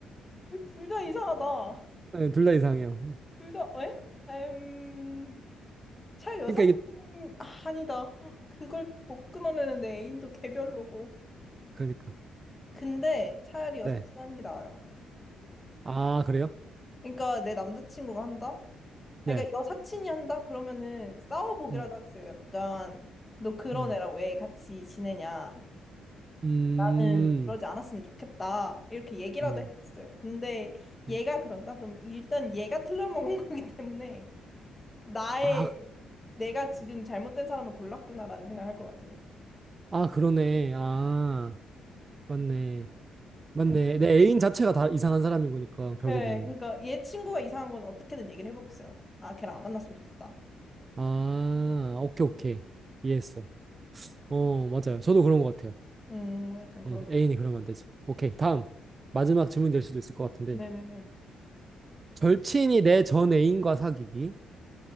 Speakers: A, on the left; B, on the right.
A: 둘 다 이상하다.
B: 네, 둘 다 이상해요.
A: 둘 다, 에? 에음... 차여사친
B: 그러니까 이게,
A: 아, 아니다. 아, 그걸 못 끊어내는데 애인도 개별로고.
B: 그러니까.
A: 근데 차라리 여사친
B: 네.
A: 하는 게 나아요.
B: 아, 그래요?
A: 그러니까 내 남자친구가 한다?
B: 네.
A: 아, 그러니까 여사친이 한다? 그러면은 싸워보기라도
B: 음,
A: 하겠어요. 약간, 너 그런
B: 음,
A: 애랑 왜 같이 지내냐?
B: 음,
A: 나는 그러지 않았으면 좋겠다. 이렇게 얘기라도
B: 음.
A: 했어요. 근데 얘가
B: 음.
A: 그런다? 그럼 일단 얘가 틀려먹은 <laughs> 거기 때문에 나의
B: 아,
A: 내가 지금 잘못된 사람을 골랐구나라는 생각을 할 것 같아요.
B: 아, 그러네. 아, 맞네. 맞네.
A: 약간,
B: 내 애인 자체가 다 이상한 사람인 거니까, 결국에는.
A: 네, 그러니까 얘 친구가 이상한 건 어떻게든 얘기를 해보겠어요. 아, 걔랑 안 만났으면 좋겠다.
B: 아, 오케이, 오케이. 이해했어요. 어, 맞아요. 저도 그런 것 같아요.
A: 음, 약간 그런
B: 응,
A: 거.
B: 애인이 그러면 안 되지. 오케이. 다음. 마지막 질문 될 수도 있을 것 같은데.
A: 네네네.
B: 절친이 내 전 애인과 사귀기.